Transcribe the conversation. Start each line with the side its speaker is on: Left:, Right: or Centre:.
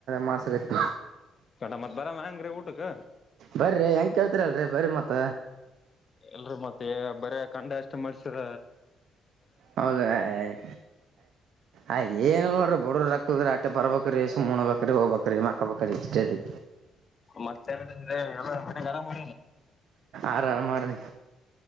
Right: ಮಾಸಗಟ್ಟ.
Left: ಕಣ ಮತ್ ಬರಮ ಹೆಂಗ್ರಿ ಊಟಕ್
Right: ಬರ್ರಿ ಹೆಂಗ ಕೇಳ್ತೀರಲ್ರಿ ಬರ್ರಿ ಮತ್ತ.
Left: ಇಲ್ರಿ ಮತ್ತೆ ಬರ ಕಂಡ ಅಷ್ಟ ಮಡಿಸರ.
Right: ಹೌದಯ್ಯ್ ಆ ಏನ ನೋಡ್ರಿ ಬಡ್ರ ರಕ್ಕಲ್ದ ಆಟ್ಟೆ ಬರ್ಬ್ರೀ <unintelligible> ಸುಮ್ಮೋ ಉಣ್ಣಬೆಕರಿ ಹೊಗಬೆಕರಿ ಮಕಬೆಕರಿ ಇಷ್ಟೆ ರಿ.
Left: ಮತ್ತೆ ಮನ್ಯಾಗ ಆರಾಮಲ್ಲ
Right: ಆರಮಾರಿ.